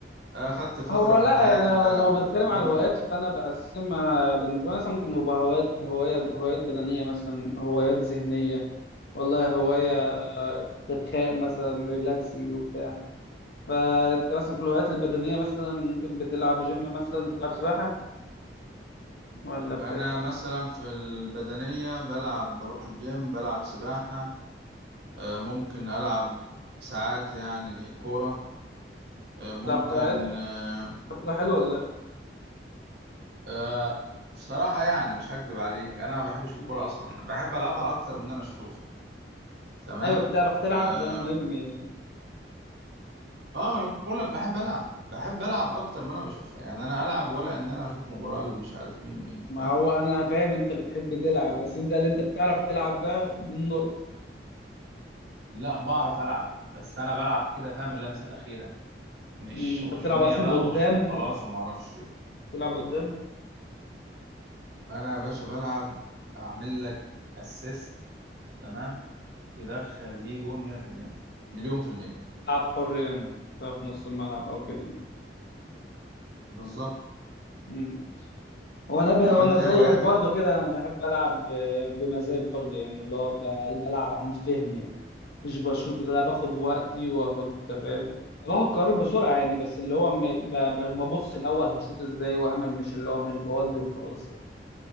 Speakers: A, on the right (about 65°); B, on the left (about 60°).
A: آه، خدت فترة
B: هو
A: من
B: لا
A: حياتي
B: يعني
A: بجيمنج
B: لو بتكلم على الهوايات فانا بقسمها بالنسبه لي مثلا ممكن يبقى هوايات هوايه هوايات بدنيه مثلا هوايات ذهنيه والله هوايه استرخاء مثلا ريلاكسنج وبتاع فانت مثلا في الهوايات البدنيه مثلا ممكن بتلعب جيم مثلا بتلعب سباحه ولا بتلعب
A: أنا مثلا في البدنية بلعب بروح الجيم بلعب سباحة آه، ممكن ألعب ساعات يعني كورة آه، ممكن
B: بتلعب كره عادي
A: آه،
B: بتلعب كره حلوه ولا
A: آه، بصراحة يعني مش هكدب عليك أنا ما بحبش الكورة
B: إيه؟
A: أصلا بحب ألعبها أكتر
B: مم.
A: من إن أنا أشوفها تمام
B: ايوه بتعرف تلعب
A: آم،
B: ده المهم يعني
A: اه ما انا بقول لك بحب العب بحب العب اكتر ما انا بشوفها يعني انا العب ولا ان انا اشوف مباراة مش عارف مين ومين
B: ما
A: فاهم
B: هو انا فاهم انت بتحب تلعب بس انت اللي انت بتعرف تلعب بقى دي النقطة
A: لا بعرف العب بس انا بلعب كده فاهم اللمسه الاخيره مش
B: أمم، انت
A: غشوميه
B: بتلعب اصلا
A: بقى
B: قدام
A: واشوط وخلاص وما اعرفش إيه.
B: تلعب قدام
A: انا يا باشا بلعب اعمل لك اسيست تمام تدخل بيه جون 100% مليون في المية
B: بتلعب حر يعني بتلعب في نص الملعب او كده يعني
A: بالظبط
B: أمم. هو انا ب... هو
A: طب
B: انا
A: انت
B: زيك
A: ايه هواياتك
B: برضو كده انا بحب العب آه، بمزاج برضو يعني اللي هو ب... بلعب عن فهم يعني مش بشوط ولا باخد وقتي واخد تفاهم باخد قرار بسرعة يعني بس اللي هو م... ب... ب- ببص الاول هشوط ازاي واعمل مش اللي هو مش بودي وخلاص يعني